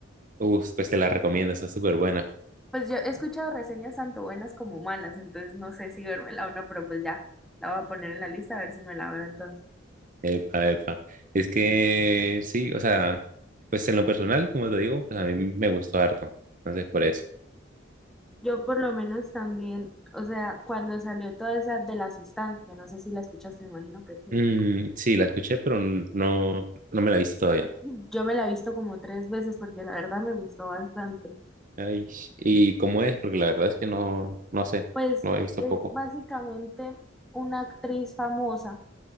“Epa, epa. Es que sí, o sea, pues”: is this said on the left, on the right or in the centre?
Right